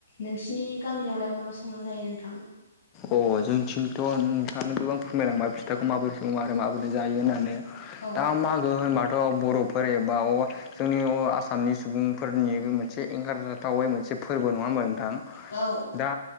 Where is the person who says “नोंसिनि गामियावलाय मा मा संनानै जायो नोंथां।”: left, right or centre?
Left